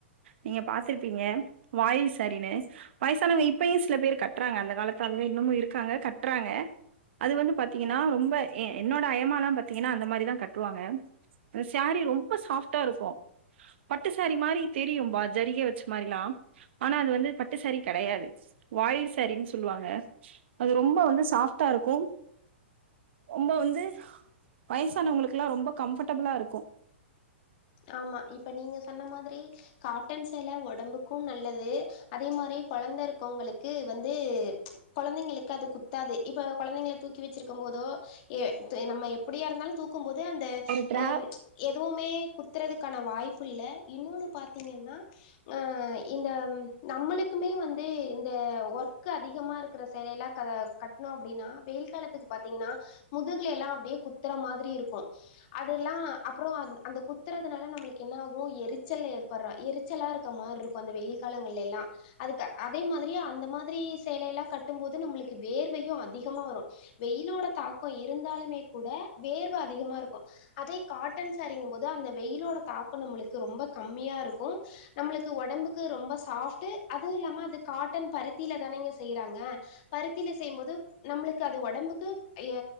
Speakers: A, on the right; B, on the left.
A: நீங்க பாத்துருப்பீங்க வாயில் சாரினு வயசானவங்க இப்பயு சில பேர் கட்றாங்க அந்த காலத்து ஆளுங்க இன்னுமு இருக்காங்க கட்றாங்க அது வந்து பாத்தீங்கன்னா ரொம்ப என்னோட அயமா திங்கனா அந்த மாரிதா கட்டுவாங்க சாரி ரொம்ப சாஃப்டா இருக்கு பட்டுசாரி மாரி தெரியும்பா ஜரிக வச்ச மாரிலா ஆனா அது வந்து பட்டு சாரி கடையாது வாயில் சாரினு சொல்லுவாங்க அது ரொம்ப வந்து சாஃப்டா இருக்கு ரொம்ப வந்து வயசானவங்குளுக்லா ரொம்ப கம்ஃப்படபிளா இருக்கு
B: ஆமா இப்ப நீங்க சொன்ன மாதிரி காட்டன் சேல உடம்புக்கும் நல்லது அதே மாரி குழந்த இருக்கவங்களுக்கு வந்து கொழந்தைங்களுக்கு அது குத்தாது இப்ப கொழந்தைங்கள தூக்கி வச்சிருக்கம் போதோ ஏ இப்ப நம்ம எப்புடியா இருந்தாலு தூக்கும்போது அந்த
A: ஒரு டிராப்
B: அ எதுவுமே‌ குத் துறதுக்கான வாய்ப்பு இல்ல இன்னொன்னு பாத்தீங்கனா அ இந்த நம்மளுக்குமே வந்து இந்த ஒர்க் அதிகமா இருக்கிற சேலையலா க கட்ணோ அப்டின்னா வெயில் காலத்துக்கு பாத்தீங்கனா முதுகுல எல்லா அப்டியே குத்துற மாதிரி இருக்கு அதில்லா அப்புறோ அந் அந்த குத் துறதுனால நம்ளுக்கு என்ன ஆகு எரிச்சல் ஏற்படுறா எரிச்சலா இருக்க மார் இருக்கு அந்த வெயில் காலங்கள்லேலா அதுக்க அதே மாதிரி அந்த மாதிரி சேலை எல்லா கட்டும் போது நம்ளுக்கு வேர்வையு அதிகமா வரு வெயிலோட தாக்கம் இருந்தாலுமே கூட வேர்வ அதிகமா இருக்கு அதே காட்டன் சேரிங்கும்போத் து அந்த வெயிலோட தாக்கோ நம்ளுக்கு ரொம்ப கம்மியா இருக்கும் நம்ளுக்கு உடம்புக்கு ரொம்ப சாஃப்ட்டு அதுவு இல்லாம அது காட்டன் பருத்தில தானேங்க செய்யறாங்க பருத்தில செய்யும்போது நம்ளுக்கு அது ஒடம்புக்கு ஏ